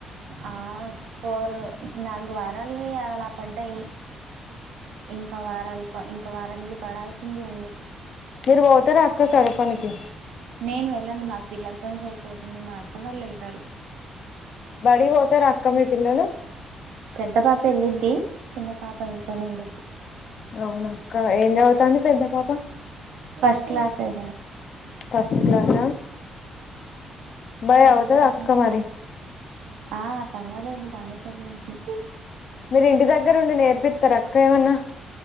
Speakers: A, on the right (about 80°); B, on the left (about 60°).
A: ఆ పోరు నాలుగు వారాలువి అలా పడ్డాయి ఇంకా వారాలు ఇంకా వారనికి పడాల్సింది ఉంది
B: మీరు పోతారా అక్క కరపానికి
A: నేను వెళ్ళను నాకు పిల్లలతో సరిపోతుంది మా అత్త వాళ్ళు వెళ్తారు
B: బడి పోతరాక్క మీ పిల్లలు
A: పెద్ద పాప వెళ్ళిద్ది చిన్న పాప ఇంట్లోనే ఉళ్ళది
B: అవున అక్క ఏం చవుతాంది పెద్ద పాప
A: ఫస్ట్ క్లాసే ఎ
B: ఫస్ట్ క్లాస్ బయ
A: ఫస్ట్
B: చవుత
A: క్లాస్
B: అక్క మారి
A: ఆ పర్వాలేదు బానే చదివిద్ది
B: మీరు ఇంటి దగ్గర ఉండి నేర్పిస్తారు అక్క ఏమన్నా